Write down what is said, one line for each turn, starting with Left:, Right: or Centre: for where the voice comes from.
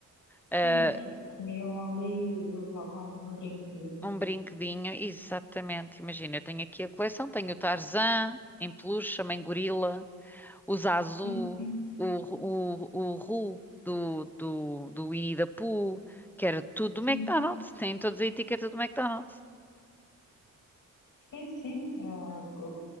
Centre: Eh,
Left: Sim, é porque comiam ali e levavam um brinquedinho.
Centre: Um brinquedinho, exatamente. Imagina, eu tenho aqui a coleção, tenho o Tarzan em peluche, a mãe gorila, o Zazu,
Left: Sim, sim,
Centre: o, o, o Ru do, do, do Winnie the Pooh, que era tudo
Left: sim.
Centre: do McDonald's, tem todas a etiqueta do McDonald's. <laughs>
Left: Sim, sim. é co-